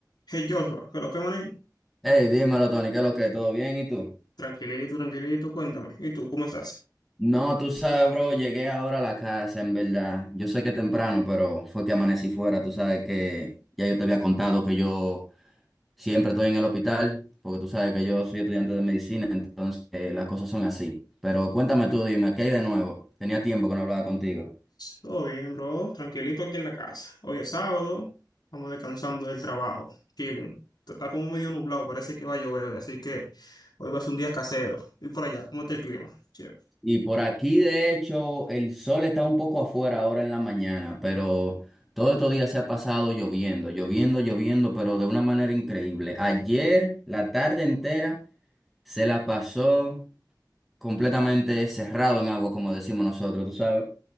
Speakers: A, on the left (about 65°); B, in the centre.
A: Hey Joshua, ¿qué es lo que manín?
B: Hey, dímelo, Tony, ¿qué es lo que? ¿Todo bien? ¿Y tú?
A: Tranquilito, tranquilito, cuéntame. ¿Y tú, cómo estás?
B: No, tú sabes, bro, llegué ahora a la casa, en verdad. Yo sé que temprano, pero fue que amanecí fuera. Tú sabes que ya yo te había contado que yo siempre estoy en el hospital, porque tú sabes que yo soy estudiante de medicina, entonces eh, las cosas son así. Pero cuéntame tú, dime, ¿qué hay de nuevo? Tenía tiempo que no hablaba contigo.
A: Todo bien, bro. Tranquilito aquí en la casa. Hoy es sábado, vamos descansando del trabajo, chilling. T- Está como medio nublado, parece que va a llover hoy, así que hoy va a ser un día casero. Y por allá, ¿cómo está el clima? Che,
B: Y por aquí, de hecho, el sol está un poco afuera ahora en la mañana, pero todo estos días se ha pasado lloviendo, lloviendo, lloviendo, pero de una manera increíble. Ayer, la tarde entera, se la pasó completamente cerrado en agua, como decimos nosotros, tú sabes.